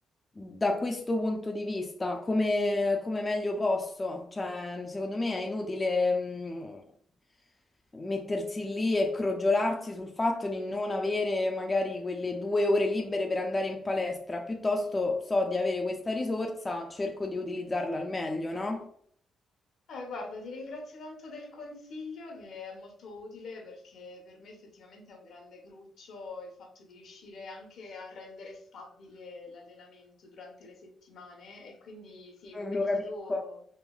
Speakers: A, on the left (about 15°); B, on the left (about 70°).
A: da questo punto di vista, come, come meglio posso. Cioè, secondo me è inutile, mh, mettersi lì e crogiolarsi sul fatto di non avere magari quelle due ore libere per andare in palestra. Piuttosto so di avere questa risorsa, cerco di utilizzarla al meglio, no?
B: Eh, guarda, ti ringrazio tanto del consiglio che è molto utile perché per me effettivamente è un grande cruccio il fatto di riuscire anche a rendere stabile l'allenamento durante le settimane e quindi sì, come
A: Mm, Lo
B: dici
A: capisco.
B: tu,